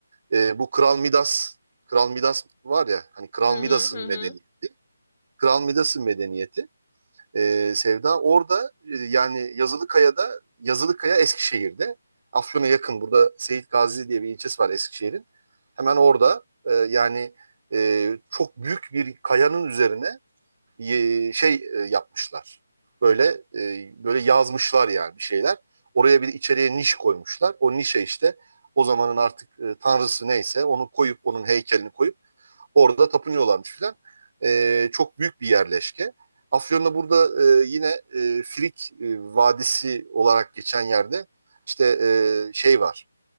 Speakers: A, on the right; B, on the left.
A: E, bu Kral Midas, Kral Midas var ya hani Kral
B: Hı
A: Midas'ın
B: hı hı
A: medeniyeti.
B: hı.
A: Kral Midas'ın medeniyeti e, Sevda orada e, yani Yazılıkaya'da Yazılıkaya Eskişehir'de Afyon'a yakın burada Seyit Gazi diye bir ilçesi var Eskişehir'in. Hemen orada e, yani e, çok büyük bir kayanın üzerine e, şey e, yapmışlar. Böyle e, böyle yazmışlar yani bir şeyler. Oraya bir içeriye niş koymuşlar. O nişe işte o zamanın artık e, tanrısı neyse onu koyup onun heykelini koyup orada tapınıyorlarmış filan. E, çok büyük bir yerleşke. Afyon'da burada e, yine e, Frik e, Vadisi olarak geçen yerde işte e, şey var.